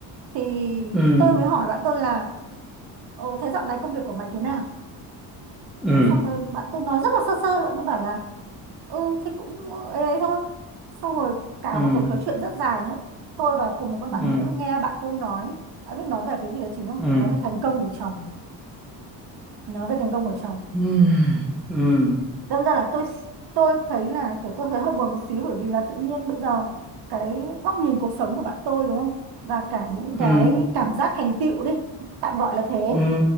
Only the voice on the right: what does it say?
thì
tôi mới hỏi bạn tôi là Ồ, thế dạo này công việc của mày thế nào
Thế xong rồi bạn tôi nói rất là sơ sơ bạn nó bảo là ừ thì cũng ấy ấy thôi xong rồi cả
một cuộc trò chuyện rất dài nhá tôi và cùng một các bạn
nữa nghe bạn tôi nói bạn biết nói về cái gì đó chính không
nói về thành công của chồng nói về thành công của chồng
đâm ra là tôi tôi thấy là kiểu tôi thấy hơi buồn một xíu bởi vì là tự nhiên bây giờ cái góc nhìn cuộc sống của bạn tôi đúng không và cả những cái
cảm giác thành tựu đi tạm gọi là thế